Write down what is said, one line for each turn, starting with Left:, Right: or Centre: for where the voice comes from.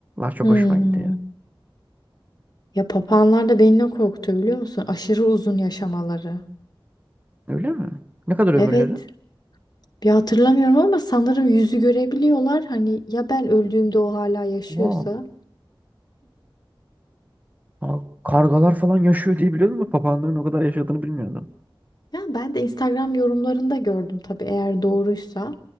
Right: çok
Left: Hmm.
Right: hoşuma gidiyor.
Left: Ya papağanlar da beni ne korkutuyor biliyor musun? Aşırı uzun yaşamaları.
Right: Öyle mi? Ne kadar ömürleri?
Left: Evet. Bir hatırlamıyorum ama sanırım yüzü görebiliyorlar. Hani ya ben öldüğümde o hala yaşıyorsa.
Right: Aa, aa, kargalar falan yaşıyor diye biliyordum da papağanların o kadar yaşadığını bilmiyordum.
Left: Ya ben de Instagram yorumlarında gördüm tabii eğer doğruysa.